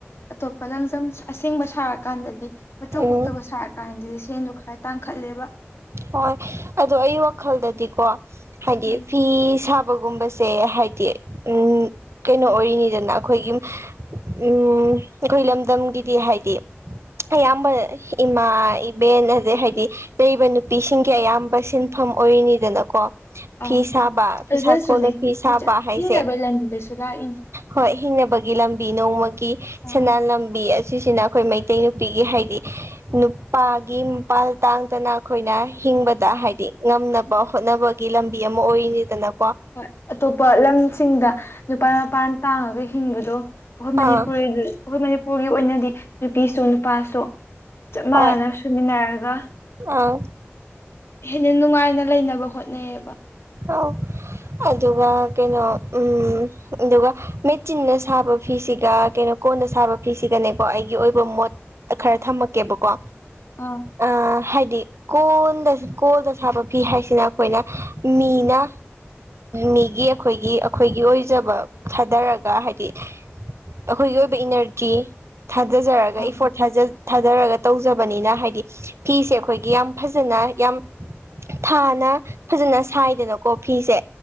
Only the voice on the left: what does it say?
ꯑꯇꯣꯞꯄ ꯂꯪꯖꯝ ꯑꯁꯦꯡꯕ ꯁꯥꯔꯀꯥꯟꯗꯗꯤ ꯃꯆꯨ
ꯈꯣꯛꯇꯕ ꯁꯥꯔꯀꯥꯟꯗꯗꯤ ꯏꯦꯟꯗꯨꯣ ꯈꯔ ꯇꯥꯡꯈꯠꯂꯦꯕ
ꯎꯝ
ꯑꯥ
ꯑꯗꯨꯅꯁꯨꯅꯤ
ꯍꯤꯡꯅꯕ ꯂꯝꯕꯤꯗꯁꯨ ꯂꯥꯛꯏꯅꯤ
ꯑꯥ
ꯑꯥ
ꯍꯣꯏ ꯑꯇꯣꯞꯄ ꯂꯝꯁꯤꯡꯗ ꯅꯨꯄꯥ ꯃꯄꯥꯟ ꯇꯥꯡꯉꯒ ꯍꯤꯡꯕꯗꯣ ꯑꯩꯈꯣꯏ ꯃꯅꯤꯄꯨꯔ
ꯑꯩꯈꯣꯏ ꯃꯅꯤꯄꯨꯔꯒꯤ ꯑꯣꯏꯅꯗꯤ ꯅꯨꯄꯤꯁꯨ ꯅꯨꯄꯥꯁꯨ ꯃꯥꯅꯅꯁꯨꯃꯤꯅꯔꯒ
ꯍꯦꯟꯅ ꯅꯨꯡꯉꯥꯏꯅ ꯂꯩꯅꯕ ꯍꯣꯠꯅꯩꯌꯦꯕ
ꯑꯥ
ꯑꯥ